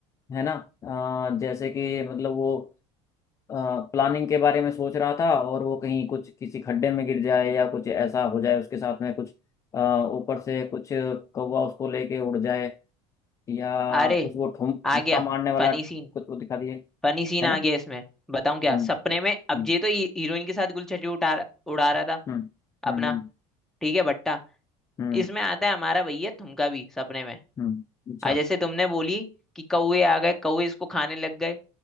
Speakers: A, on the left; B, in the centre.
A: है ना अ, जैसे कि मतलब वो प्लानिंग के बारे में सोच रहा था और वो कहीं कुछ किसी खड्डे में गिर जाए या कुछ ऐसा हो जाए उसके साथ में कुछ अ, ऊपर से कुछ कौवा उसको लेके उड़ जाए या
B: अरे
A: कुछ वो ठुम ठुमका
B: आ गया
A: मारने वाला
B: फनी
A: कुछ
B: सीन
A: वो दिखा दिए
B: फनी सीन
A: है
B: आ
A: ना
B: गया इसमें बताऊं क्या
A: हम्म
B: सपने में अब
A: हम्म
B: ये तो ही- हीरोइन के साथ गुलछटी उठा रहा- उड़ा रहा था
A: हम्म हम्म
B: अपना
A: हम्म
B: ठीक है भट्टा
A: हम्म
B: इसमें आता है हमारा भैया तुमका भी सपने में
A: हम्म, अच्छा
B: आज जैसे तुमने बोली कि कौवे आ गए कौवे इसको खाने लग गए